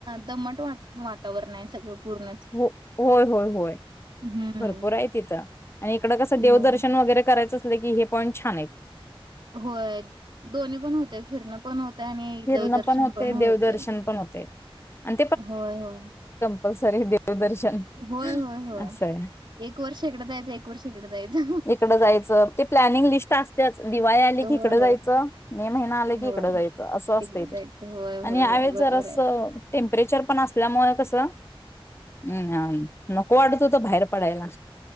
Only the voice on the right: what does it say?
दमट वात वातावरणाय सगळं. पूर्णच
हम्म
हो
होय दोन्ही पण होतय फिरणं पण होतंय आणि
देवदर्शन
पण होतेय
<inaudible> होय होय
होय होय होय
एक वर्ष इकडं जायचं एक वर्ष इकडं जायचं
होय
होय
होय
तिकडे
जायचं होय होय
होय बरोबर
आहे